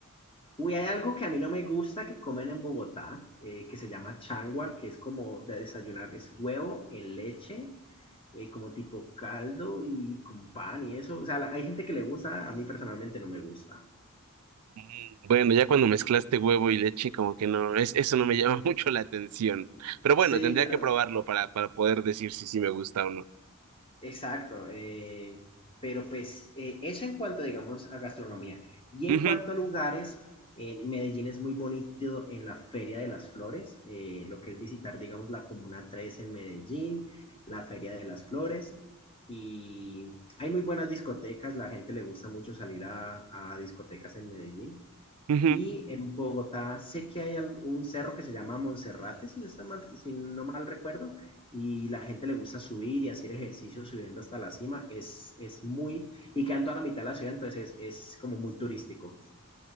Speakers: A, on the left; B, on the right.
A: Uy, hay algo que a mí no me gusta que comen en Bogotá, eh, que se llama changua, que es como de desayunar, es huevo en leche, eh, como tipo caldo y con pan y eso. O sea, la- hay gente que le gusta, a mí personalmente no me gusta.
B: Mm, Bueno, ya cuando mezclaste huevo y leche, como que no, es, eso no me llama <laughs> mucho la atención. Pero bueno,
A: Sí,
B: tendría
A: ya.
B: que probarlo para, para poder decir si sí me gusta o no.
A: Exacto, eh, pero pues eh, eso en cuanto, digamos, a gastronomía. Y en
B: Ujú,
A: cuanto a lugares, eh, Medellín es muy bonito en la Feria de las Flores, eh, lo que es visitar, digamos, la Comuna Tres en Medellín, la Feria de las Flores, y hay muy buenas discotecas, la gente le gusta mucho salir a, a discotecas en Medellín.
B: ujú.
A: Y en Bogotá sé que hay un cerro que se llama Monserrate, si no, está mal, si no mal recuerdo, y la gente le gusta subir y hacer ejercicio subiendo hasta la cima. Es, es muy, y quedan toda la mitad de la ciudad, entonces es, es como muy turístico.